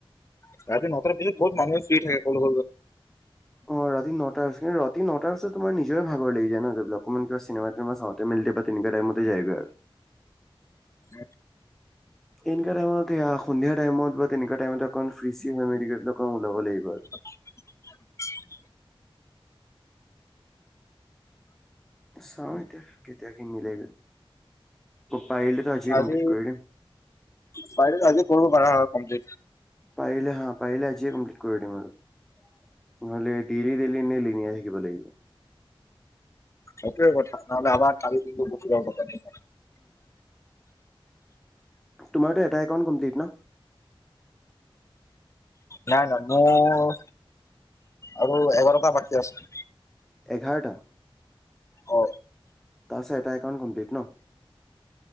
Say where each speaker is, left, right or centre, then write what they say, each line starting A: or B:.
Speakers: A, on the left; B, in the centre.
A: তাৰিৰ নটাৰ পিছত বহুত মানুহে ফি থাকে কল
B: অ ৰাতি নটাৰ পিছত। ৰাতি নটাৰ পিছত তোমাৰ নিজে ভাগৰ লাগি যায় ন গৈ পেলাই। অকমান কিবা চিনেমা চিনেমা চাওঁতে মেলোতে বা তেনেকো টাইমতে যায়গৈ আৰু
A: উ
B: এনেকা টাইমত সেয়া সন্ধিয়া টাইমত বা তেনেকুৱা টাইকতে অকমান ফ্ৰী চিৰী হৈ মডিকেলক ওলাব লাগিব আৰু
A: <inaudible>
B: চাও এতিয়া কেতিয়া কি মিলেগৈ পাৰিলেতো আজিয়ে
A: আজি
B: কমপ্লিট কৰি দিম।
A: পাৰিলে আজি কৰিব পাৰা হয় কমপ্লিট।
B: পাৰিলে হা পাৰিলে আজিয়ে কমপ্লিট কৰিব দিম আৰু। দেৰি দেৰি নে লেনিয়াই থাকিব লাগিব।
A: সেইটো কথা নহলে আমাৰ কালি কিন্তু বচ কথা নাই
B: তোমাৰটো এটা একাউণ্ট কমপ্লিট ন?
A: নাই নাই মোৰ আৰু এঘাৰটা বাকী আছে।
B: এঘাৰটা
A: অ
B: তাৰপিছত এটা একাউণ্ট কমপ্লিট ন?